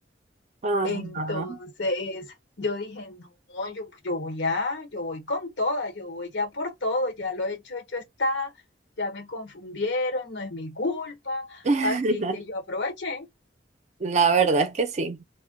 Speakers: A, on the right; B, on the left.
A: Ajá.
B: Entonces yo dije, no, yo, yo voy a, yo voy con toda, yo voy ya por todo, ya lo hecho, hecho está, ya me confundieron, no es mi culpa,
A: <laughs>
B: así que yo aproveché.
A: La verdad es que sí.